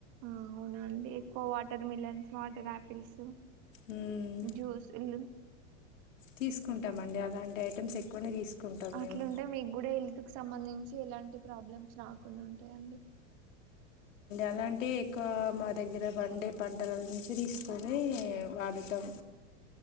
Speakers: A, on the right; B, on the left.
A: ఆ అవునండి ఎక్కువ వాటర్ మిలన్స్ వాటర్ ఆపిల్స్
B: మ్మ్
A: జ్యూస్ ఇల్
B: తీసుకుంటామండి అలాంటి ఐటమ్స్ ఎక్కువనే తీసుకుంటాం
A: అట్లుంటే
B: మేము
A: మీక్ కూడా హెల్త్ కు సంబంధించి ఎలాంటి ప్రాబ్లమ్స్ రాకుండా ఉంటాయిడి
B: అలాంటి ఎక్కువ మా దగ్గర పండే పంటల నుంచి తీ కని వాడుతాం